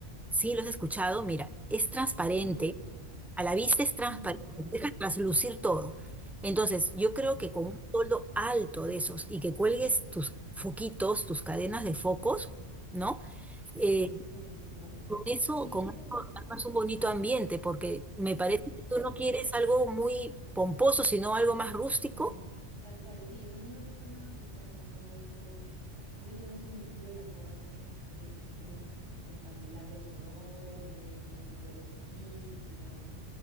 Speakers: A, in the centre; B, on the right (about 75°).
A: Sí, los he escuchado, mira, es transparente
B: Sí,
A: a la vista es
B: sí,
A: transparente,
B: tal cual.
A: deja traslucir todo. Entonces, yo creo
B: Ya.
A: que con un toldo alto de esos y que cuelgues tus foquitos, tus cadenas de focos, ¿no?
B: Con
A: Eh,
B: eso estoy, ¿verdad?
A: con eso,
B: Sí,
A: con
B: sí
A: eso
B: lo he visto.
A: armas un bonito ambiente, porque me
B: Eso,
A: parece
B: eso
A: que tú
B: quiero.
A: no quieres algo muy pomposo, sino algo más rústico.
B: No, tal cual, sí, o sea, no me gusta nada que sea pomposo. Realmente no son mi estilo las bodas esas que, que tienen mm, los candelabros enormes y las flores altísimas.